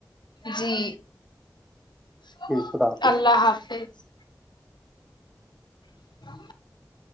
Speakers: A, on the left (about 80°); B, in the centre.
A: جی <unintelligible>
B: جی خدا حافظ
A: اللہ حافظ ہ <unintelligible>